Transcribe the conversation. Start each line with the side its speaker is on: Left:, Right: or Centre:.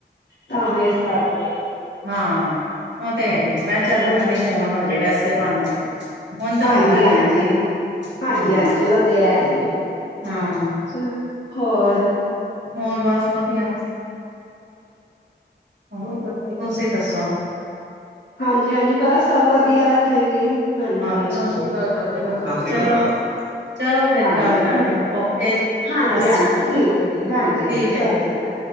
Left: ਤਾਂਹ ਇਸ ਕਰਕੇ
Right: ਹਾਂ ਉਹ ਤੇ ਆਈ ਮੈਂ ਕਿਹਾ
Left: ਚਲੋ
Right: ਚੱਲ ਮੈਂ ਵੀ ਫੋਨ ਹੋਜੇ ਵੈਸੇ ਪਾਉਦੇੇ ਹੁਣ ਤੇ
Left: ਹਾਂਜੀ
Right: ਹੁੰਦਾ ਨੀ
Left: ਹਾਂਜੀ
Right: ਆ
Left: ਹਾਂਜੀ
Right: ਹਾਂ
Left: ਹਾਂਜੀ ਉਹ ਤੇ <inaudible>
Right: ਹਾਂ
Left: ਚਲੋ ਹੋਰ
Right: ਹੋਰ ਬਸ ਵਧੀਆ ਤੁਸੀਂ ਦੱਸੋ
Left: ਹਾਂਜੀ ਹਾਂਜੀ ਬਸ ਸਭ ਵਧੀਆ ਇੱਥੇ ਵੀ ਹਾਂਜੀ
Right: ਅੱਛਾ
Left: ਹ ਹਜੀ
Right: ਚਲੋ ਚਲੋ ਫੇਰ
Left: ਹਾਂਜੀ
Right: ਗੱਲ ਕਰਾਂਗੇ
Left: ੀ
Right: ਓਕੇ ਜੀ ਸਤਿ
Left: ਹਾਂਜੀ ਹਾਂਜੀ
Right: ਸ੍ਰੀ ਅਕਾਲ
Left: ਠੀਕ ਹਾਂਜੀ
Right: ਠੀਕ
Left: ਹਾਂਜੀ ਸਤਿ
Right: ਹੈ ਜੀ
Left: ਸ੍ਰੀ ਅਕਾਲ